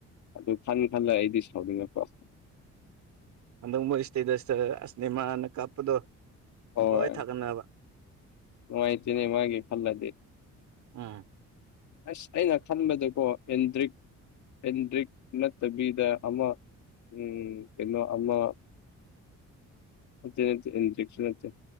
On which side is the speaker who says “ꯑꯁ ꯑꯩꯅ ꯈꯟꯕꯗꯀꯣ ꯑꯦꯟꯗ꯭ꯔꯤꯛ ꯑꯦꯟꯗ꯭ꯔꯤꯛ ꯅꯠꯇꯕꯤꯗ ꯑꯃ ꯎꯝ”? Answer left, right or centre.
Left